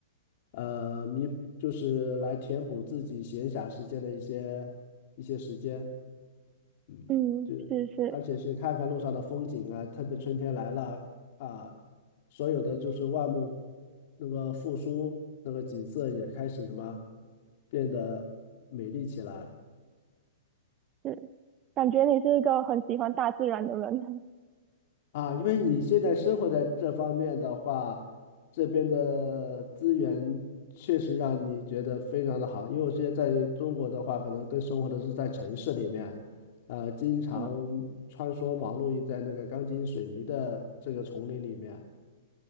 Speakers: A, on the left; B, on the right.
A: 呃，弥，就是来填补自己闲暇时间的一些一些时间。嗯，
B: 嗯，
A: 是，
B: 是是
A: 而且是看看路上的风景啊，特别春天来了啊，所有的就是万物那个复苏，那个景色也开始什么变得美丽起来
B: 是，感觉你是一个很喜欢大自然的人。<laughs>
A: 啊。因为你现在生活在这方面的话，这边的资源确实让你觉得非常的好。因为我之前在中国的话，可能更生活的是在城市里面，呃，经常
B: 嗯，
A: 穿梭忙碌于在那个钢筋水泥的这个丛林里面。